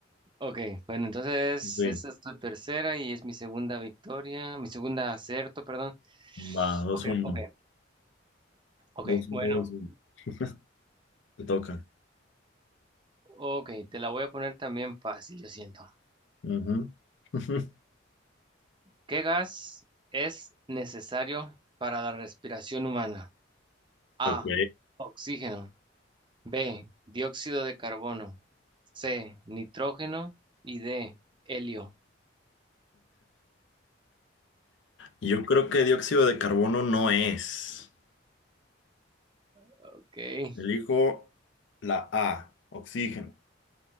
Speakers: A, on the right; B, on the left.
A: ok. Bueno, entonces
B: Sí.
A: esta es tu tercera y es mi segunda victoria, mi segunda acierto, perdón.
B: Va, dos,
A: Ok,
B: uno.
A: ok, ok.
B: Dos, uno,
A: Bueno,
B: dos, uno. <laughs> Te toca.
A: ok, te la voy a poner también fácil, yo siento.
B: Ujú. <laughs>
A: ¿Qué gas es necesario para la respiración humana? A,
B: Ok.
A: oxígeno. B, dióxido de carbono. C, nitrógeno. Y D, helio.
B: Yo creo que dióxido de carbono no es.
A: Ok.
B: Elijo la A, oxígeno.